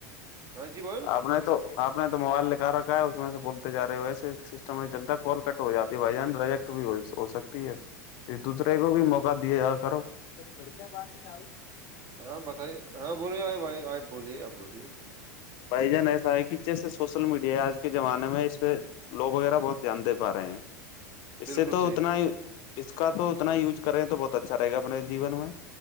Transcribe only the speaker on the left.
آپ نے تو آپ نے تو موبائل لکھا رکھا ہے اس میں سے بولتےا رہے ہو ویسے سسٹم نہیں چلتا کال کٹ ہو جاتی ہے بھائی جان رج بھی ہو سکتی ہے ایک دوسرے کو بھی موقع دیا جا کرو بڑیا بات نہؤ
بھائی جان ایسا ہے کہ جیسے سوشل میڈیا ہے آج کے زمانے میں اس پہ لوگ وغیرہ بہت دھیان دے پا رہے ہیں اس
سے تو
اتنا ہی اس کا تو اتنا یوز کریں تو بہت اچھا رہے گا اپنے جیون میں